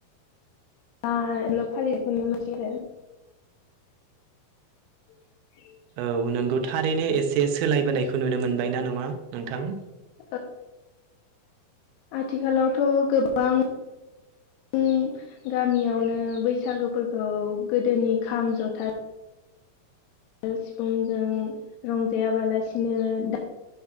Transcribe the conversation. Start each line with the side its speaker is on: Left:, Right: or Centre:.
Left: बाल' फालिनायखौ नुनो मोनसै आरो <unintelligible>
Right: औ नोंगौ थारैनो एसे सोलायबोनायखौ नुनो मोनबाय ना नङा नोंथां
Left: औ आथिखालावथ' गोबां उम गामियावनो बैसागोफोरखौ गोदोनि खाम जथा सिफुंजों रंजायाबालासिनो दा